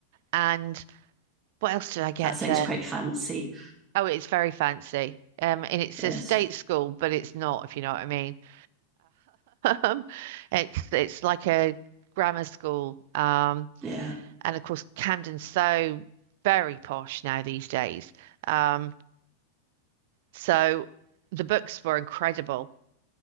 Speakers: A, on the right; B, on the right.
A: And what else did I get
B: That sounds
A: there?
B: quite fancy.
A: Oh, it's very fancy. Um, and it's
B: Yes,
A: a state school, but it's not, if you know what I mean. <laughs> Um, it's it's like a grammar school. Um,
B: yeah,
A: And of course, Camden's so very posh now these days. Um, so the books were incredible.